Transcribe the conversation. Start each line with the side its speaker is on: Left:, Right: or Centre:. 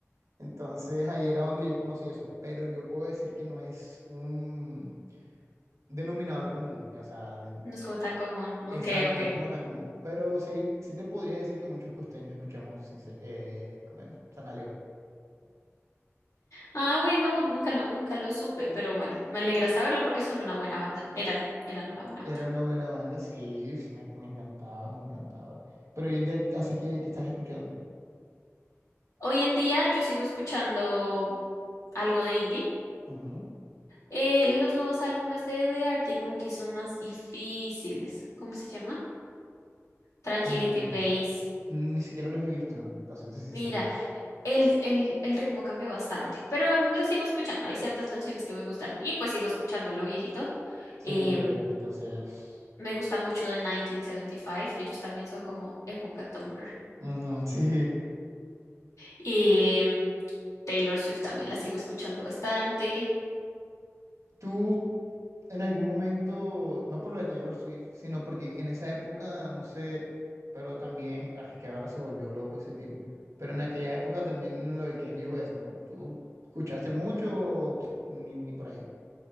Right: Entonces ahí era donde yo conocí eso, pero yo puedo decir que no es un denominador común, ya, o sea,
Left: No es como tan común. Ok,
Right: exacto,
Left: ok.
Right: no es como tan común, pero sí, sí te podría decir que muchos costeños escuchamos, sin ser- eh, ¿cómo es? San
Left: Ah, bueno, nunca lo, nunca lo supe, pero bueno, me alegra saberlo porque son una buena banda. Eran, eran una buena banda.
Right: Era una buena banda, sí, f- me, me encantaba, me encantaba. Pero hoy en día, así que, que estás escuchando.
Left: Hoy en día yo sigo escuchando algo de indie.
Right: Ujú.
Left: Eh, los nuevos álbumes de The Arctic Monkeys son más difíciles. ¿Cómo se llama? Tranquility
Right: Ah,
Left: Base.
Right: Ni siquiera los he visto, para serte sincero.
Left: Mira. el, el, el ritmo cambió bastante, pero em, lo sigo escuchando. Hay ciertas canciones que me gustan y pues sigo escuchando lo viejito.
Right: Sí,
Left: Em,
Right: lo he visto, sí es.
Left: me gusta mucho de 1975. Ellos también son como época Tumblr.
Right: Ujú, sí.
Left: Em, Taylor Swift también la sigo escuchando bastante.
Right: Tú, en algún momento, no por lo de Taylor Swift, sino porque en esa época, no sé, pero también, ah, es que ahora se volvió loco ese tipo. Pero en aquella época también lo del Kanye West, ¿no? ¿Tú escuchaste mucho o, pff, ni, ni por ahí?